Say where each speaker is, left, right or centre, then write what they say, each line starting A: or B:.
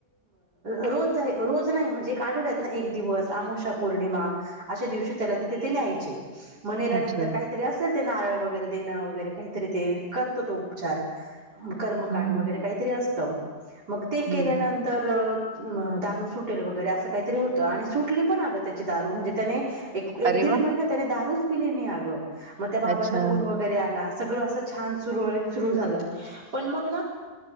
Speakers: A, on the right; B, on the right.
A: रोज. रोज नाही. म्हणजे एक आठवड्यातून एक दिवस. अमावस्या. पौर्णिमा. अशा दिवशी. तेला ते तिथे न्यायचे. मग नेल्यानंतर
B: अच्छा
A: काहीतरी असेल ते नारळ वगैरे देणं वगैरे काहीतरी ते करतो तो उपचार. कर्मकांड
B: हम्म
A: वगैरे
B: हम्म
A: काहीतरी असतं मग ते केल्यानंतर.
B: हम्म
A: अ दारू सुटेल वगैरे असं काहीतरी होतं. आणि सुटली पण अग त्याचे दारू म्हणजे त्याने. एक-एक
B: अरे
A: दीड
B: वा
A: महिना त्याने दारूच पिली नाही अग. मग त्या बाबाचा
B: अच्छा
A: गुण वगैरे आला. सगळ अस छान सुरळीत सुरू झाल. पण मग